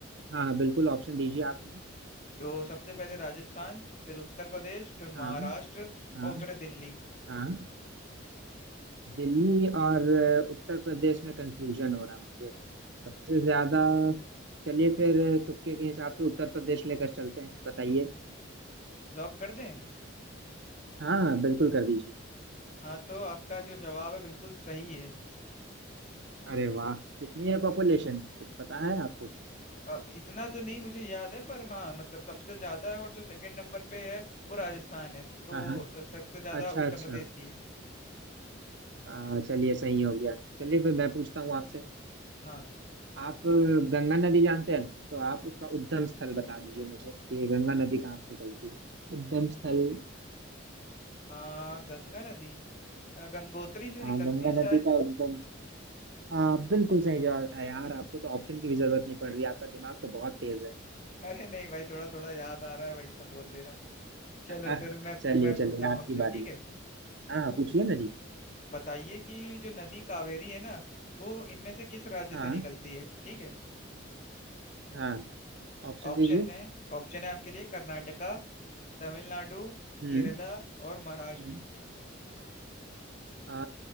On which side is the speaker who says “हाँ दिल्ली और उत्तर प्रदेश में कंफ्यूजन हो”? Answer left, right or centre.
Right